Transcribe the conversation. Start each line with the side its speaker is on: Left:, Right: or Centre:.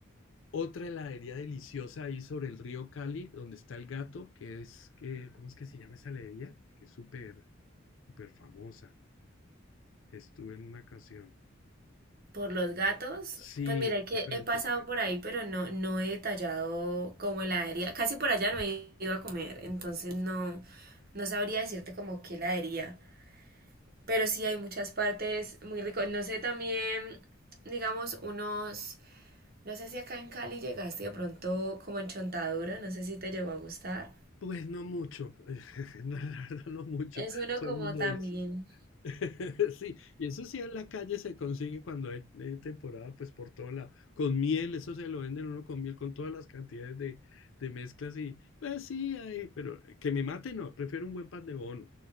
Left: Otra heladería deliciosa ahí sobre el río Cali, donde está el gato, que es, que, ¿cómo es que se llama esa heladería? Que es súper, súper famosa. Estuve en una ocasión.
Right: Por los gatos,
Left: Sí,
Right: pues mira que
Left: diferente.
Right: he pasado por ahí, pero no, no he detallado como heladería. Casi por allá no he ido a comer, entonces no, no sabría decirte como qué heladería. Pero sí hay muchas partes muy ricas. No sé también, digamos, unos, no sé si acá en Cali llegaste de pronto como en Chontaduro, no sé si te llegó a gustar.
Left: Pues no mucho, <laughs> no, la verdad no mucho.
Right: Es uno
Left: Todo
Right: como
Left: el mundo
Right: también,
Left: dice. <laughs> Sí, y eso sí en la calle se consigue cuando hay eh, temporada, pues por todo lado. Con miel, eso se lo venden uno con miel, con todas las cantidades de, de mezclas y, pues sí, hay, pero que me mate no, prefiero un buen pan de bono,